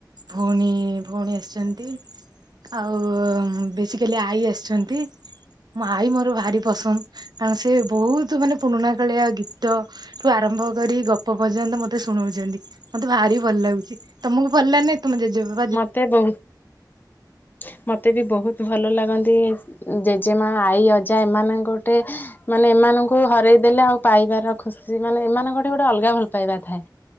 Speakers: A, on the right; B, on the left.
A: ଭଉଣୀ ଭଉଣୀ ଆସିଛନ୍ତି ଆଉ ବେଶୀ କାଲି ଆଈ ଆସିଛନ୍ତି ମାାଇ ମୋର ଭାରି ପସନ୍ଦ କାରଣ ସେ ବହୁତ ମାନେ ପୁରୁଣା କାଳିଆ ଗୀତ ଠୁ ଆରମ୍ଭ କରି ଗପ ପର୍ଯ୍ୟନ୍ତ ମତେ ଶୁଣଉଛନ୍ତି ମତେ ଭାରି ଭଲ ଲାଗୁଛି ତମକୁ ଭଲ ଲାଗନାଇଁ ତମ ଜେଜେ
B: ମତେ ବହୁତ ମତେ ବି ବହୁତ ଭଲ ଲାଗନ୍ତି ଜେଜେମା ଆଈ ଅଜା ଏମାନଙ୍କ ଗୋଟେ ମାନେ ଏମାନଙ୍କୁ ହରଇ ଦେେଲେ ଆଉ ପାଇବାର ଖୁସି ମାନେ ଏମାନଙ୍କଠି ଗୋଟେ ଅଲଗା ଭଲ ପାଇବା ଥାଏ